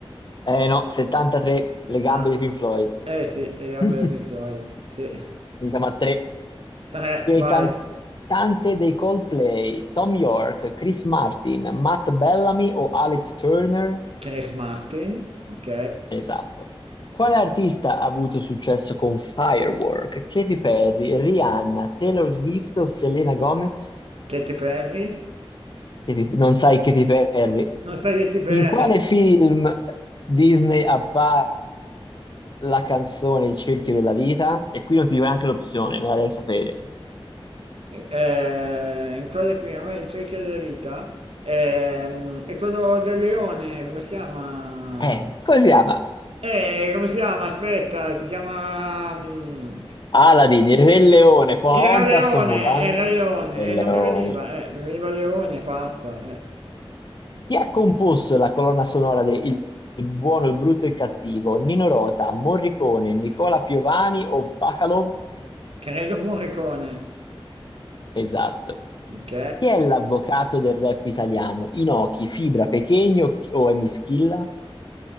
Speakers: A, on the left; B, on the right.
A: Eh no, 73, le
B: Ah,
A: gambe dei Pink Floyd.
B: eh sì, le gambe
A: <laughs>
B: dei Pink Floyd. Sì.
A: Iniziamo a 3.
B: 3,
A: Chi è
B: vai.
A: il cantante dei Coldplay? Tom York, Chris Martin, Matt Bellamy o Alex Turner?
B: Chris Martin, ok.
A: Esatto. Quale artista ha avuto successo con Firework? Katy Perry, Rihanna, Taylor Swift o Selena Gomez?
B: Katy Perry.
A: che ti- non sai che ti perdi.
B: Non sai Katy Perry.
A: In quale film Disney appare la canzone Il cerchio della vita? E qui non ti dico neanche l'opzione, me la devi sapere.
B: Eh, in quale film? In cerchio della vita? Ehm, è quello del leone, come si chiama?
A: Eh, come si chiama?
B: Eh, come si chiama? Aspetta, si chiama... mm,
A: Aladdin, Il Re Leone, Pocahontas
B: Era leone,
A: o Mulan?
B: era leone,
A: Il Re Leone.
B: e non mi veniva, eh, mi veniva leone e basta. Eh.
A: Chi ha composto la colonna sonora di Il il buono, il brutto e il cattivo? Nino Rota, Morricone, Nicola Piovani o Bacalov?
B: Credo Morricone,
A: Esatto.
B: ok?
A: Chi è l'avvocato del rap italiano? Inoki, Fibra, Pechegno o Emischilla?